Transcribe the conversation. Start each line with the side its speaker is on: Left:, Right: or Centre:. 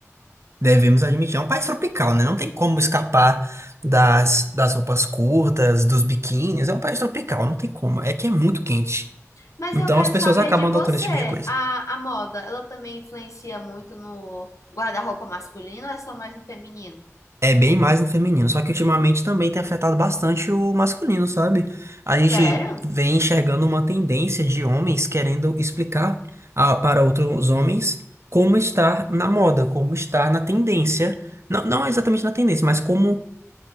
Right: Devemos admitir, é um país tropical, né? Não tem como escapar das, das roupas curtas, dos biquínis. É um país tropical, não tem como. É que é muito quente.
Left: Mas
Right: Então
Left: eu quero
Right: as pessoas
Left: saber
Right: acabam
Left: de você.
Right: adotando esse tipo de coisa.
Left: A, a moda, ela também influencia muito no guarda-roupa masculino ou é só mais no feminino?
Right: É bem mais no feminino, só que ultimamente também tem afetado bastante o masculino, sabe? A gente
Left: Sério?
Right: vem enxergando uma tendência de homens querendo explicar a- para outros homens como estar na moda, como estar na tendência. Não, não exatamente na tendência, mas como